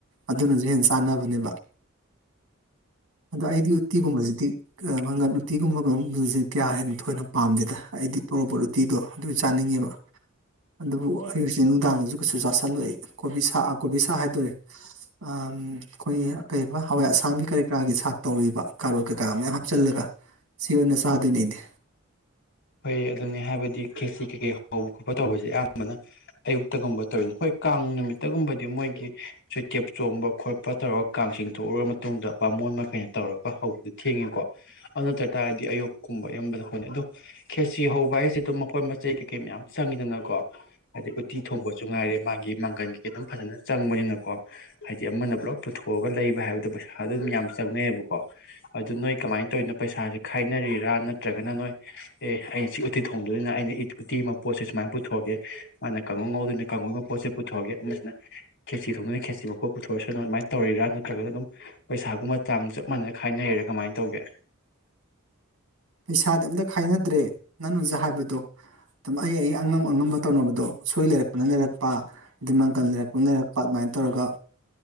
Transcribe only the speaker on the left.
ꯍꯣꯏ ꯑꯗꯨꯅꯤ ꯍꯥꯏꯕꯗꯤ ꯈꯦꯁꯤ ꯀꯩꯀꯩ ꯍꯧꯕ ꯈꯣꯠꯄ ꯇꯧꯕꯁꯦ ꯑꯌꯥꯝꯕꯅ ꯑꯌꯨꯛꯇꯒꯨꯝꯕ ꯇꯧꯔꯤꯅꯤ ꯍꯣꯏ ꯀꯥꯡ ꯅꯨꯃꯤꯠꯇꯒꯨꯝꯕꯗꯤ ꯃꯣꯏꯒꯤ ꯆꯣꯏꯇꯦꯞ ꯆꯣꯡꯕ ꯈꯣꯠꯄ ꯇꯧꯔꯒ ꯀꯥꯡ ꯆꯤꯡꯊꯎꯔꯕ ꯃꯇꯨꯡꯗ ꯕꯥꯃꯣꯟ ꯃꯈꯩꯅ ꯇꯧꯔꯒ ꯍꯧꯕꯗꯤ ꯊꯦꯡꯉꯦꯀꯣ? ꯑꯗꯨ ꯅꯠꯇ ꯇꯥꯔꯗꯤ ꯑꯌꯨꯛꯀꯨꯝꯕ ꯑꯌꯥꯝꯕꯅ ꯍꯣꯠꯅꯩ ꯑꯗꯣ ꯈꯦꯁꯤ ꯍꯧꯕ ꯍꯥꯏꯁꯦ ꯑꯗꯨꯝ ꯃꯈꯣꯏ ꯃꯆꯩ ꯀꯩꯀꯩ ꯃꯌꯥꯝ ꯆꯪꯉꯤꯗꯅꯀꯣ? ꯑꯗꯩ ꯎꯠꯇꯤ ꯊꯣꯡꯕꯁꯨ ꯉꯥꯏꯔꯦ ꯃꯥꯒꯤ ꯃꯥꯡꯒꯟꯒꯤ ꯑꯗꯨꯝ ꯐꯖꯅ ꯆꯪꯕꯅꯤꯅꯀꯣ꯫ ꯍꯥꯏꯗꯤ ꯑꯃꯅ ꯄꯨꯂꯞ ꯄꯨꯊꯣꯛꯑꯒ ꯂꯩꯕ ꯍꯥꯏꯕꯗꯣ ꯄꯩꯁꯥ ꯑꯗꯨꯝ ꯌꯥꯝ ꯆꯪꯅꯩꯑꯕꯀꯣ꯫ ꯑꯗꯨ ꯅꯣꯏ ꯀꯃꯥꯏꯅ ꯇꯧꯔꯤꯅꯣ ꯄꯩꯁꯥꯁꯦ ꯈꯥꯏꯅꯔꯤꯔꯥ ꯅꯠꯇ꯭ꯔꯒꯅ ꯅꯣꯏ ꯑꯦ ꯑꯩꯩꯅ ꯁꯤ ꯎꯇꯤ ꯊꯣꯡꯗꯣꯏꯅꯤꯅ ꯑꯩꯅ ꯎꯇꯤ ꯃꯄꯣꯠꯁꯦ ꯁꯨꯃꯥꯏꯅ ꯄꯨꯊꯣꯛꯑꯒꯦ, ꯃꯥꯅ ꯀꯥꯡꯉꯧ ꯉꯧꯗꯣꯏꯅ ꯀꯥꯡꯉꯧꯒꯤꯕ ꯄꯣꯠꯁꯦ ꯄꯨꯊꯣꯛꯑꯒꯦ ꯑꯃꯅ ꯈꯦꯠꯆꯤ ꯊꯣꯡꯗꯣꯏꯅꯤ ꯈꯦꯠꯆꯤ ꯃꯄꯣꯛ ꯄꯨꯊꯣꯔꯑꯁꯅꯨ ꯑꯗꯨꯃꯥꯏꯅ ꯇꯧꯔꯤꯔ ꯅꯠꯇ꯭ꯔꯒ ꯑꯗꯨꯝ ꯄꯩꯁꯥꯒꯨꯝꯕ ꯆꯥꯡ ꯆꯞ ꯃꯥꯟꯅꯅ ꯈꯥꯏꯅꯩꯔꯦ ꯀꯃꯥꯏꯅ ꯇꯧꯒꯦ?